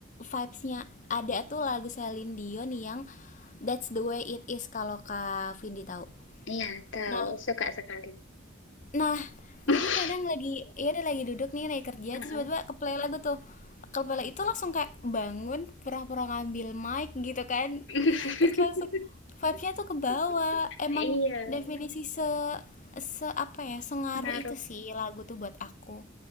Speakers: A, on the left (about 40°); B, on the left (about 60°).
A: vibes-nya ada tuh lagu Celine Dion yang That's the way it is kalau Kak Vindi tahu.
B: iya tahu
A: Nah,
B: suka sekali.
A: Nah,
B: <laughs>
A: jadi kadang lagi ya ada lagi duduk nih, lagi kerja,
B: Heeh.
A: terus tiba-tiba ke lagu tuh. ke itu langsung kayak bangun, pura-pura ngambil mic gitu kan.
B: <laughs>
A: Terus langsung vibe-nya tuh ke bawah. Emang
B: Iya,
A: definisi se se apa ya, sengaruh
B: pengaruh.
A: itu sih lagu tuh buat aku.